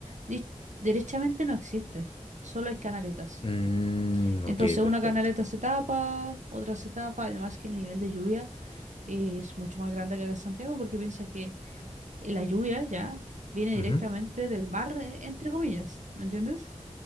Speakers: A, on the right (about 75°); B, on the left (about 45°).
A: di- derechamente no existe, solo hay canaletas.
B: Mm,
A: Entonces
B: ok, perfecto.
A: una canaleta se tapa, otra se tapa, además que el nivel de lluvia es mucho más grande que acá en Santiago porque piensa que y la lluvia ya viene directamente
B: Ujú.
A: del mar, eh, entre comillas, ¿me entiendes?